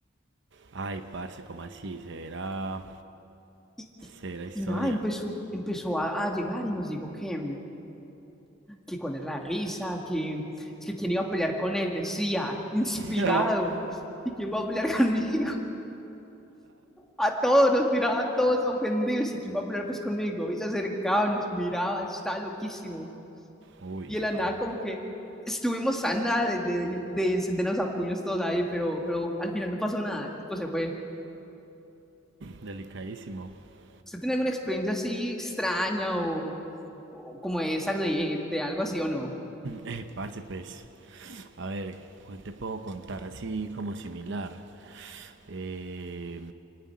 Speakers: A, on the right; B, in the centre.
A: Ay, parce, ¿cómo así? Será,
B: Y,
A: será historia.
B: y nada, empezó, empezó a, a llegar y nos dijo que, que cuál era la risa, que es que quién iba a pelear con él, decía, inspirado.
A: <laughs>
B: ¿Y quién va a pelear conmigo? <laughs> A todos, nos miraba a todos ofendidos. ¿Y quién va a pelear pues conmigo? Y se acercaba, nos miraba, estaba loquísimo.
A: Uy,
B: Y de
A: apá,
B: la nada como que estuvimos a nada de, de, de encendernos a puños todos ahí, pero, pero al final no pasó nada, el tipo se fue.
A: delicadísimo. <laughs> <clears throat>
B: ¿Usted tiene alguna experiencia así extraña o, o como esa de, de algo así o no?
A: Eh, parce, pues, a ver, ¿cuál te puedo contar así como similar? Eh,